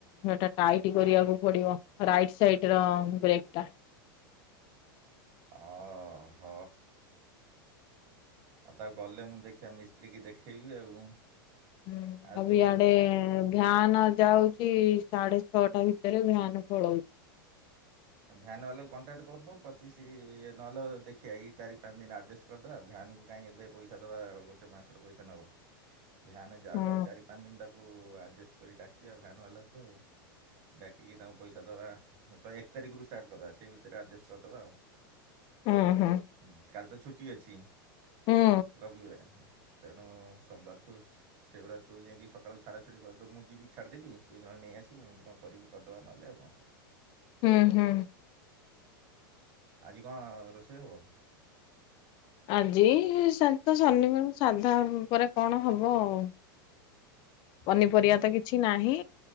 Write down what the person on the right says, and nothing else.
ଅ ହ। ଆଉ ତାକୁ ଗଲେ ମୁଁ ଦେଖିବା ମିସ୍ତ୍ରୀ କି ଦେଖେଇବି ଆଉ।
ଆଉ
ତୁ
ଭ୍ୟାନ୍ ବାଲାକୁ କଣ୍ଟାକ୍ଟ କରୁନୁ ପଚିଶି ନହଲେ ଦେଖିବା ଏଇ ଚାରି ପାଞ୍ଚ ଦିନ ଆଡ଼ଜଷ୍ଟ କ କରିଦେବା ଭ୍ୟାନକୁ କାହିଁ ଏବେ ପଇସା ଦେବା ଗୋଟେ ମାସର ପଇସା ନେବ। ଭ୍ୟାନ ଯାଉ
ଆଉ ଚାରି ପାଞ୍ଚ ଦିନ ତାକୁ ଆଡ଼ଜଷ୍ଟ କରି ଡାକିବା ଭ୍ୟାନ୍ ବାଲାକୁ ଆଉ। ଡାକିକି ତାଙ୍କୁ ପଇସା ଦେବା କହେ ଏ ତାରିଖରୁ ଷ୍ଟାର୍ଟ କରିଦେବା ସେ ଭିତରେ ଆଡ଼ଜଷ୍ଟ କରିଦେବା ଆଉ।
ହୁଁ କାଲି ତ ଛୁଟି ଅଛି।
ରବିବାର ତେଣୁ ସୋମବାରଠୁ ସେଇଭଳି ତୁ ଯାଇକି ସକାଳୁ ଛାଡ଼ା ଛାଡ଼ି କରି ଦେବୁ ମୁଁ ଯିବି ଛାଡ଼ିଦେବି ତୁ ଜଣ ନେଇ ଆସିବୁ ଏମିତି କଣ କରିକି କରିଦେବା ନେଲେ ଆଉ କଣ?
ଆଜି କଣ ରୋଷେଇ ହବ?
ଟିଫିନି